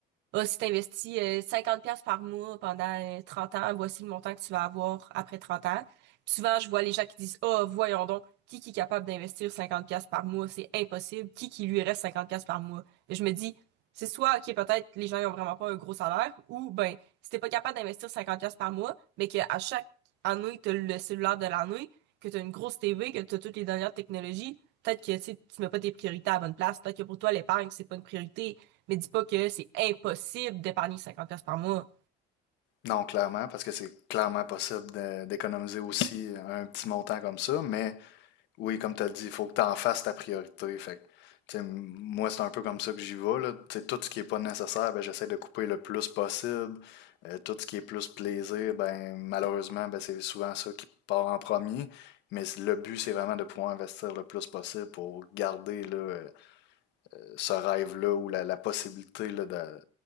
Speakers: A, on the right; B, on the left.
A: Ah, si tu investis euh, cinquante pièces par mois pendant euh, 30 ans, voici le montant que tu vas avoir après 30 ans. Puis souvent, je vois les gens qui disent, Ah, voyons donc, qui, qui est capable d'investir 50$ par mois? C'est impossible. Qui qui lui reste 50$ par mois? Et je me dis, c'est soit, OK, peut-être les gens ils ont vraiment pas un gros salaire, ou ben, si t'es pas capable d'investir 50$ par mois, mais qu'à chaque année, t'as le cellulaire de l'année, que t'as une grosse TV, que t'as toutes les dernières technologies, peut-être que tu sais, mets pas tes priorités à la bonne place. Peut-être que pour toi, l'épargne, c'est pas une priorité. Mais dis pas que c'est impossible d'épargner 50 pièces par mois.
B: Non, clairement, parce que c'est clairement possible de- d'économiser aussi un petit montant comme ça, mais Oui, comme tu as dit, il faut que tu en fasses ta priorité. Fait que, tu sais, m- moi, c'est un peu comme ça que j'y vais, là. Tu sais, tout ce qui est pas nécessaire, ben, j'essaie de couper le plus possible. Euh, tout ce qui est plus plaisir, ben, malheureusement, ben, c'est souvent ça qui part en premier. Mais c- le but, c'est vraiment de pouvoir investir le plus possible pour garder là, euh, ce rêve-là ou la, la possibilité là, d'a-